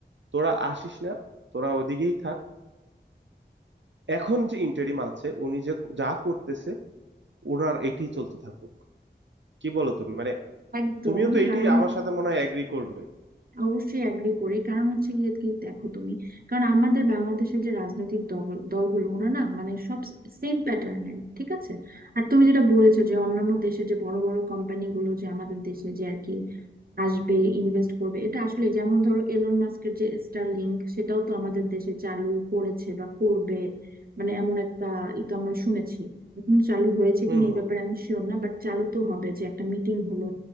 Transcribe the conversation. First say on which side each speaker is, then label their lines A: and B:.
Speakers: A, on the right (about 80°); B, on the right (about 50°).
A: তোরা আসিস না তোরা ওদিকেই থাক এখন যে ইন্টারিম আছে উনি যে যা করতেছে ওনার এটাই চলতে থাকুক কি বলো তুমি মানে
B: একদম
A: তুমিও তো এইটাই
B: কারণ
A: আমার সাথে মনে হয় এগ্রি করবে
B: অবশ্যই অ্যাগ্রি করি কারণ হচ্ছে গিয়ে কি দেখো তুমি কারণ আমাদের বাংলাদেশের যে রাজনৈতিক দল দলগুলো ওরা না মানে সব সেম প্যাটার্নের ঠিক আছে আর তুমি যেটা বলেছো যে অন্যান্য দেশে যে বড় বড় কোম্পানিগুলো যে আমাদের দেশে যে আর কি আসবে ইনভেস্ট করবে এটা আসলে যেমন ধরো এলন মাস্কের যে স্টারলিংক সেটাও তো আমাদের দেশে চালু করেছে বা করবে মানে এমন একটা ই তো আমরা শুনেছি এখন চালু হয়েছে
A: হুম
B: কিনা এই
A: হুম
B: ব্যাপারে আমি শিওর না বাট চালু তো হবে যে একটা মিটিং হলো